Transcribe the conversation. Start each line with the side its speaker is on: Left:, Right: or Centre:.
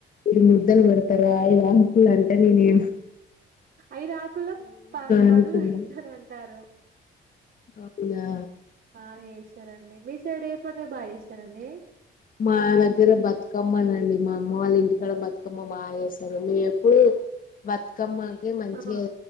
Left: ఇరు ముద్దులు పెడతారా ఇలా ఆకులు అంటే నేను
Right: ఐదు ఆకుల్లో ప పడులు
Left: అనుకున్నా
Right: పెడతారంటారు
Left: అవునా
Right: బాగా చేస్తారండి మీ సైడ్ ఏ పట్లే బాగా చేస్తారండి
Left: మా దగ్గర బతుకమ్మనండి మా అమ్మ వాళ్ళ ఇంటి కడా బతుకమ్మ బాగా చేస్తారు మేము ఎప్పుడు బతుకమ్మకి మంచిగా
Right: ఆ